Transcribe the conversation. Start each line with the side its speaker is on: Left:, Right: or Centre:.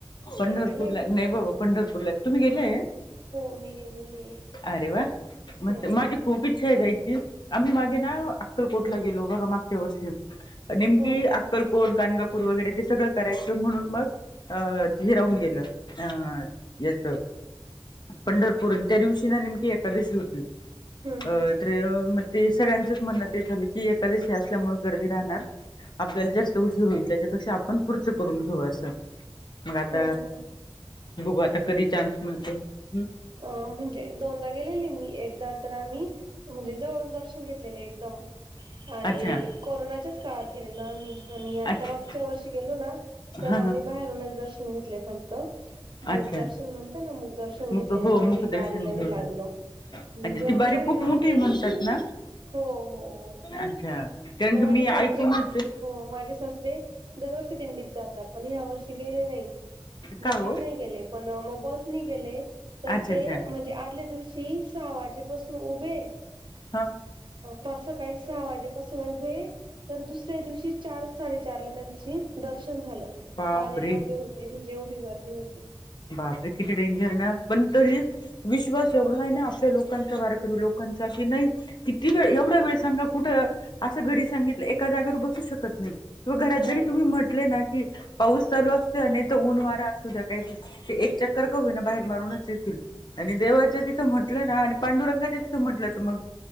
Left: पंढरपूरला,
Right: गेलेय कधी
Left: नाही बाबा पंढरपूरला तुम्हीं गेलय?
Right: हो मी गेलेली आहे
Left: अरे वा! म्हणते
Right: हो
Left: माझी खूप इच्छा आहे जायची. आम्हीं मागे ना, अक्कलकोटला गेलो बघा मागच्या वर्षी नेमकी
Right: हो
Left: आकलकोट, गानगापूर वगैरे ते सगळं करायचं म्हणून मग हे राहून गेलं अ याच पंढरपूर आणि त्या दिवशी ना नेमकी एकादशी होती
Right: हम्म हम्म
Left: अं तरी अ मग ते सगळ्यांच म्हणणं ते झालं की, एकादशी असल्यामुळे गर्दी राहणार आपल्याला जास्त उशीर होईल, त्याच्यापेक्षा आपण पुढचं करून घेऊ असं मग आता,
Right: हो हो
Left: बघू आता कधी चान्स मिळतोय, हूं.
Right: अं म्हणजे दोनदा गेलेले मी, एकदा तर आम्ही म्हणजे, जवळून दर्शन घेतलेलं एकदम आणि
Left: अच्छा
Right: कोरोनाच्याच काळात गेलेलो आम्ही, आणि आता
Left: अच्छा
Right: मागच्या वर्षी गेलो ना तेव्हा
Left: हा
Right: आम्ही
Left: हा
Right: बाहेरूनच दर्शन घेतले फक्त मुग्दर्शन
Left: अच्छा
Right: म्हणतं ना, मुखदर्शन
Left: मुक
Right: घेतलेले,
Left: हो
Right: मधी
Left: मुखदर्शन
Right: बारीला
Left: घेऊन
Right: नाई लागलो.
Left: आले.
Right: नी
Left: अच्छा
Right: गर्दी
Left: ती बारी
Right: एवढी
Left: खूप
Right: राहती,
Left: मोठी म्हणतात ना?
Right: हो हो हो
Left: अच्छा. कारण
Right: तर
Left: की
Right: माझे
Left: मी
Right: सासरे,
Left: ऐकूनच
Right: हो माझे सासरे दरवर्षी दिंडीत जातात, पण ह्या वर्षी गेले नई,
Left: का
Right: दिंडीत
Left: हो?
Right: नाई गेले पण मग बसने गेले. तर
Left: अच्छा
Right: ते
Left: अच्छा
Right: म्हणजे, आदल्या दिवशी सहा वाजेपासून उभे
Left: हा
Right: पार सकाळी सहा वाजेपसून उभे तर दुसऱ्या दिवशी चार साडेचारला त्यांची दर्शन झालं
Left: बापरे!
Right: बारीला उभे होते, म्हणजे एवढी गर्दी हुती.
Left: बापरे किती डेंजर ना, पण तरी विश्वास एवढा आहे ना आपल्या लोकांचा वारकरी लोक -कांचा की नई किती वेळ, एवढा वेळ सांगा कुठं असं घरी सांगितलं एका जागेवर बसू शकत नई किंवा घरात
Right: नाही
Left: जरी तुम्ही म्ह -टले ना की पाऊस चालू असू दया, नईतर ऊन वारा असू द्या काहीच नाही ते एक चक्कर का होईना बाहेर मारूनच येतील. आणि देवाच्या तिथं म्हटलं ना आणि पांडुरंगाच्या तिथं म्हटलं तर मग,